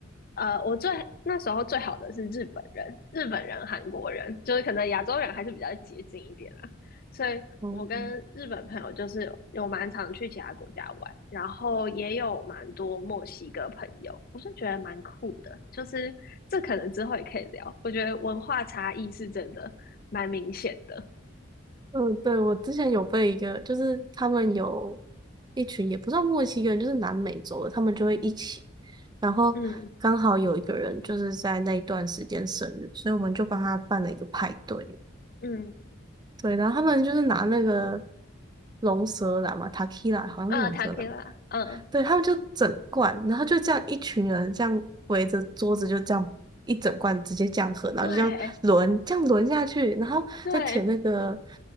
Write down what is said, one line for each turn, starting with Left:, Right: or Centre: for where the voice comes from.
Left: 呃，我最那时候最好的是日本人、日本人、韩国人，就是可能亚洲人还是比较接近一点啦，所以我跟日本朋友就是有蛮常去其他国家玩，
Right: 嗯，
Left: 然后也有蛮多墨西哥朋友，我就觉得蛮酷的，就是这可能之后也可以聊，我觉得文化差异是真的蛮明显的，
Right: 嗯，对，我之前有被一个，就是他们有一群也不算墨西哥人，就是南美洲的，他们就会一起，然后刚好有一个人就是在那一段时间生日，
Left: 嗯
Right: 所以我们就帮他办了一个派对。
Left: 嗯。
Right: 对，然后他们就是拿那个龙舌兰嘛 t a k i l a 好像是龙舌兰吧，
Left: 嗯 t a k i l a 嗯，
Right: 对，他们就整罐，然后就这样一群人这样围着桌子，就这样一整罐直接这样喝，然后就这样轮，
Left: 对
Right: 这样轮下去，然后再舔那个
Left: 对，